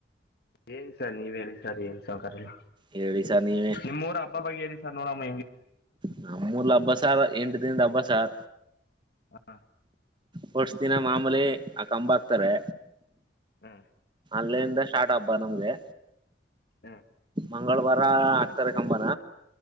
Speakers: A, on the left; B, on the right.
A: ಿ ಸರ್ ನೀವ್ ಹೇಳಿ ಸರ್ ಏನ್ ಸಹಕಾರ ಎಲ್ಲ
B: ಹೇಳಿ ಸರ್ ನೀವೇ
A: ನಿಮ್ಮೂಊರ ಹಬ್ಬ ಬಗ್ ಹೇಳ ಸರ್ ನೂರಾಮ
B: ನ ಮೂೂರ್ಲ ಹಬ್ಬಸಾರ ಎಂಟು ದಿನದ ಹಬ್ಬ ಸಾರ
A: ಹಾ
B: ಹೊರ್ಸ್ ದಿನ ಮಾಮೂಲಿ ಆ ಕಂಬ ಹಾಕ್ತಾರೆ
A: ಹಾ
B: ಅಲ್ಲಿೆಯಿಂದ ಸ್ಟಾರ್ಟ್ ಹಬ್ಬ ನಮ್ಗೆ
A: ಹಾ
B: ಮಂಗಳವಾರ ಹಾಕ್ತಾರೆ ಕಂಬನ